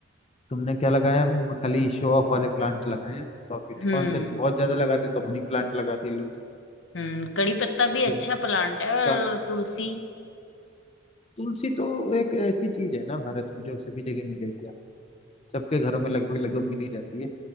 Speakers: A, on the left; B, on the left.
A: तुमने क्या लगाया है वो खाली शो ऑफ वाले प्लांट लगाए हैं सौंफ के।
B: हम्म
A: कौन से बहुत ज्यादा लगाती तो मनी प्लांट लगाती है लोग
B: हम्म कड़ी पत्ता भी अच्छा
A: जो
B: प्लांट है और
A: का
B: तुलसी
A: तुलसी तो एक ऐसी चीज है ना भारत में जो सभी जगह मिलेगी आप सबके घरों में लगभग लगभग मिल ही जाती है